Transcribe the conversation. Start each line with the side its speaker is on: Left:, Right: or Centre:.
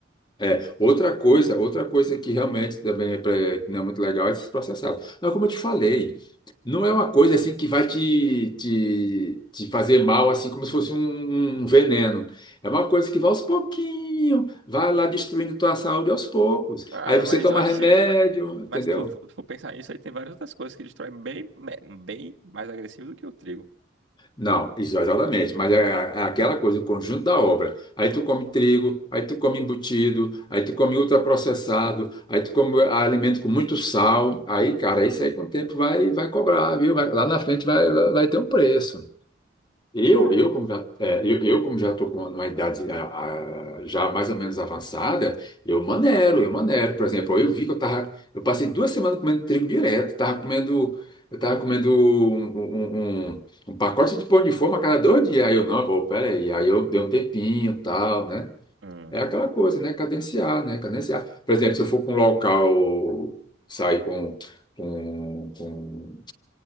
Left: É, outra coisa, outra coisa que realmente também é pra- que não é muito legal é esses processados. Mas como eu te falei, não é uma coisa assim que vai te, te, te fazer mal, assim como se fosse um, um veneno. É uma coisa que vai aos pouquinhos, vai lá destruindo tua saúde aos poucos.
Right: Ah,
Left: Aí você
Right: mas
Left: toma
Right: eu acho
Left: remédio,
Right: que. se-
Left: entendeu?
Right: Mas se tu for, for pensar nisso, aí tem várias outras coisas que destroem bem, me- bem mais agressivo do que o trigo.
Left: Não, isso, exatamente, mas é, é aquela coisa, o conjunto da obra. Aí tu come trigo, aí tu come embutido, aí tu come ultraprocessado, aí tu come alimento com muito sal. Aí, cara, isso aí com o tempo vai, vai cobrar, viu? Vai- lá na frente vai, vai vai ter um preço. Eu,
Right: É.
Left: eu como já, é, eu, eu como já estou com uma idade a- a- já mais ou menos avançada, eu manero, eu manero. Por exemplo, eu vi que eu tava, eu passei duas semanas comendo trigo direto, tava comendo, eu tava comendo um, um, um- um um pacote de pão de forma a cada dois dias. Aí eu, não, pô, peraí, aí eu dei um tempinho, e tal, né?
Right: Hum.
Left: É aquela coisa, né? Cadenciar, né? Cadenciar. Por exemplo, se eu for para um local, sair com, com, com